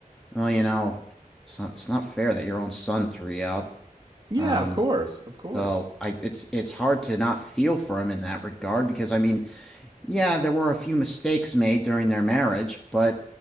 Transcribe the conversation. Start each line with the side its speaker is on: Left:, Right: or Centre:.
Centre: well, you know, it's not, it's not fair that your own son threw you out.
Right: Yeah,
Centre: Um,
Right: of course. Of course.
Centre: so I it's it's hard to not feel for him in that regard because I mean Yeah, there were a few mistakes made during their marriage, but